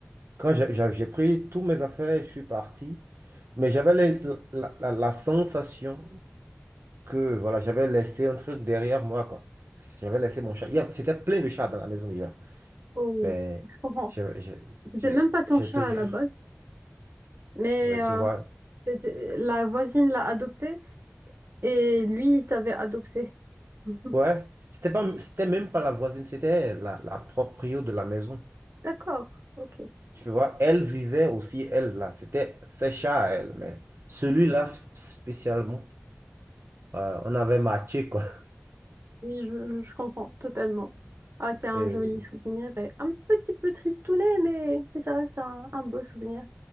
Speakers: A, on the right; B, on the right.
A: quand j'ai j'ai- j'ai pris tous mes affaires, je suis parti. Mais j'avais les- la, la la sensation que voilà, j'avais laissé un truc derrière moi, quoi. J'avais laissé mon chat. Il y a- C'était plein de chats dans la maison déjà.
B: oh,
A: Mais
B: je comprends.
A: je, je,
B: C'était
A: je,
B: même pas ton
A: je
B: chat
A: te jure,
B: à la base, mais
A: ouais,
B: euh,
A: tu vois.
B: c'était- la voisine l'a adopté et lui, il t'avait adopté. <laughs>
A: Ouais, c'était pas, c'était même pas la voisine, c'était la, la proprio de la maison.
B: D'accord, ok.
A: Tu vois, elle vivait aussi, elle, là. C'était ses chats, elle. Mais celui-là, sp- spécialement, euh, on avait matché, quoi.
B: Oui, je, je comprends totalement. Ah, c'est un
A: <laughs>
B: joli souvenir et un petit peu tristounet, mais, mais ça reste un, un beau souvenir.